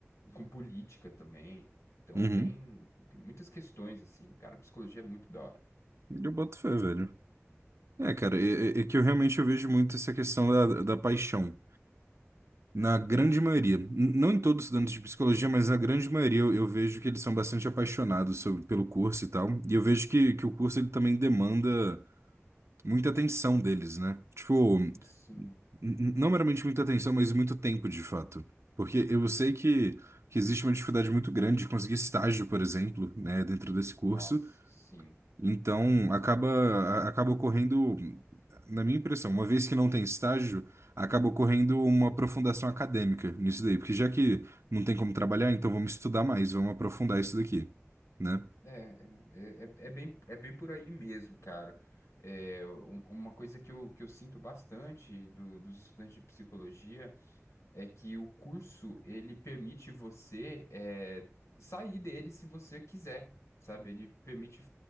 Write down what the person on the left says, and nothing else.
Com política também. Então
tem, tem muitas questões, assim. Cara, psicologia é muito da hora.
Sim,
nossa, sim.
É, é, é, é é bem, é bem por aí mesmo, cara. É, um- uma coisa que eu, que eu sinto bastante do, dos estudantes de psicologia. é que o curso ele permite você é, sair dele se você quiser, sabe? Ele permite,